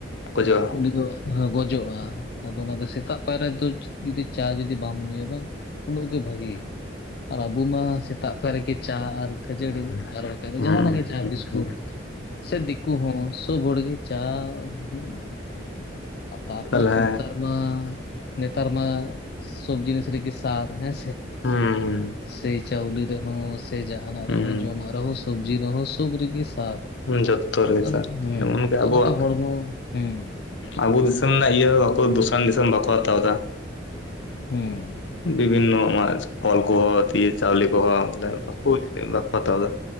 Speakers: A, on the left; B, on the left.
A: ᱠᱷᱚᱡᱚᱜᱼᱟ
B: ᱩᱱᱤ ᱫᱚ ᱜᱚᱡᱚᱜᱼᱟ, ᱟᱫᱚ ᱚᱱᱟ ᱫᱚ ᱥᱮᱛᱟᱜ ᱯᱟᱭᱟᱨ ᱨᱮᱫᱚ ᱡᱩᱫᱤ ᱪᱟ ᱡᱩᱫᱤ ᱵᱟᱢ ᱧᱩᱭᱟ ᱵᱟᱝ ᱩᱱᱟᱹᱜ ᱜᱤ ᱵᱷᱟᱜᱤ᱾ ᱟᱨ ᱟᱵᱩ ᱢᱟ ᱥᱮᱛᱟᱜ ᱯᱟᱭᱟᱨ ᱨᱮᱜᱮ ᱪᱟ ᱟᱨ ᱠᱷᱟᱹᱡᱟᱹᱲᱤ
A: ᱛᱟᱦᱚᱞᱮ
B: ᱟᱨ ᱵᱟᱠᱷᱟᱡ ᱫᱚ
A: ᱦᱩᱸ
B: ᱡᱟᱦᱟᱸᱱᱟᱜ ᱜᱤ ᱪᱟ
A: ᱦᱩᱸ
B: ᱵᱤᱥᱠᱩᱴ ᱥᱮ ᱫᱤᱠᱩ ᱦᱚᱸ ᱥᱚᱵᱽ ᱦᱚᱲ ᱜᱤ ᱪᱟ ᱦᱩᱸ ᱛᱟᱯᱚᱨ
A: ᱛᱟᱦᱞᱮ
B: ᱱᱮᱛᱟᱨ ᱢᱟ ᱱᱮᱛᱟᱨ ᱢᱟ ᱥᱚᱵᱽ ᱡᱤᱱᱤᱥ ᱨᱮᱜᱮ ᱥᱟᱨ ᱦᱮᱸ
A: ᱦᱩᱸ
B: ᱥᱮ ᱪᱟᱣᱞᱤ ᱨᱮᱦᱚᱸ ᱥᱮ ᱡᱟᱦᱟᱸᱱᱟᱜ
A: ᱦᱩᱸ
B: ᱨᱮᱦᱚᱸ ᱡᱚᱢᱟᱜ ᱨᱮᱦᱚᱸ ᱥᱚᱵᱽᱡᱤ ᱨᱮᱦᱚᱸ ᱥᱚᱵᱽ ᱨᱤᱜᱤ ᱥᱟᱹᱨ
A: ᱡᱚᱛᱚ ᱨᱮᱜᱮ
B: ᱚᱱᱟ
A: ᱥᱟᱨ
B: ᱦᱮᱸ
A: ᱡᱮᱢᱚᱱ ᱜᱮ
B: ᱛᱚ
A: ᱟᱵᱚᱣᱟᱜ
B: ᱚᱱᱟᱛᱮ ᱦᱚᱲᱢᱚ ᱦᱩᱸ
A: ᱟᱵᱚ ᱫᱤᱥᱚᱢ ᱨᱮᱱᱟᱜ ᱤᱭᱟᱹ ᱟᱠᱚ ᱫᱚᱥᱟᱨ ᱫᱤᱥᱚᱢ ᱵᱟᱠᱚ ᱦᱟᱛᱟᱣ ᱫᱟ᱾
B: ᱦᱩᱸᱻ᱾
A: ᱵᱤᱵᱷᱤᱱᱱᱚ ᱟᱣᱟᱡᱽ ᱯᱷᱚᱞ ᱠᱚᱦᱚᱸ ᱫᱤᱭᱮ ᱪᱟᱣᱞᱮ ᱠᱚᱦᱚᱸ ᱵᱚᱞᱮ ᱵᱟᱠᱩ ᱵᱟᱠᱩ ᱦᱟᱛᱟᱣ ᱫᱟ᱾